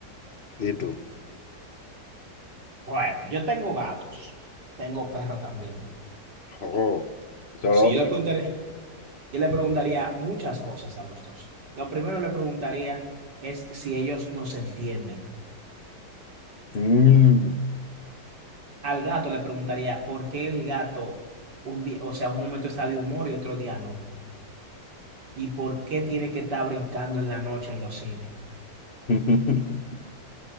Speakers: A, on the left; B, on the right.
A: ¿Y tú?
B: Bueno, yo tengo gatos, tengo perro también.
A: Oh, solo.
B: Si yo le preguntaré, yo le preguntaría muchas cosas a los dos. Lo primero le preguntaría es si ellos nos entienden.
A: Mm.
B: al gato le preguntaría por qué el gato un día, o sea, un momento está de humor y otro día no. Y por qué tiene que estar brincando en la noche en los cines.
A: <laughs>